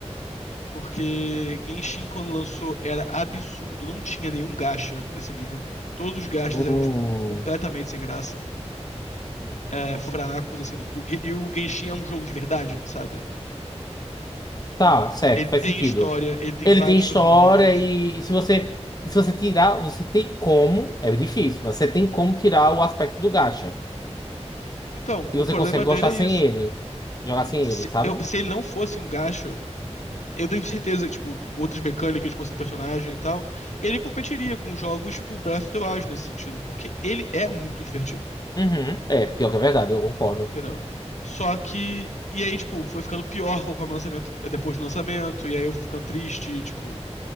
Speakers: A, on the left; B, on the left.
A: Porque Genshin, quando lançou, era absurdo, não tinha nenhum gacha desse nível. Todos os gachas eram,
B: Hum.
A: tipo, completamente sem graça, é, fracos, assim. O Ge- E o Genshin é um jogo de verdade, sabe?
B: Tá,
A: O-
B: certo,
A: Ele
B: faz
A: tem
B: sentido.
A: história, ele tem
B: Ele
A: vários
B: tem história
A: personagens.
B: e, e se você e se você tirar, você tem como, é difícil, mas você tem como tirar o aspecto do gacha.
A: Então,
B: E
A: o
B: você
A: problema
B: consegue
A: dele
B: gostar
A: é isso.
B: sem ele, jogar sem
A: se,
B: ele, sabe?
A: eu- se ele não fosse um gacha, eu tenho certeza que, tipo, outras mecânicas, conseguir personagem e tal, ele competiria com jogos tipo Breath of the Wild nesse sentido, porque ele é muito divertido,
B: Uhum. É, pior que é verdade, eu concordo.
A: entendeu? Só que. E aí, tipo, foi ficando pior conforme o lançamento, eh, depois do lançamento, e aí eu fui ficando triste, e, tipo.